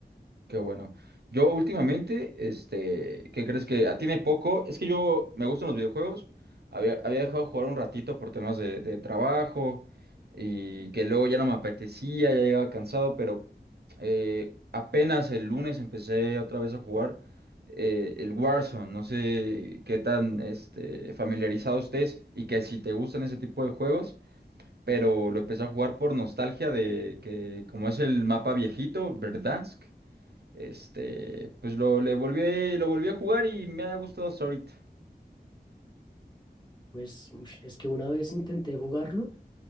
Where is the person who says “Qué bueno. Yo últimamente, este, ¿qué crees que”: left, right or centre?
Right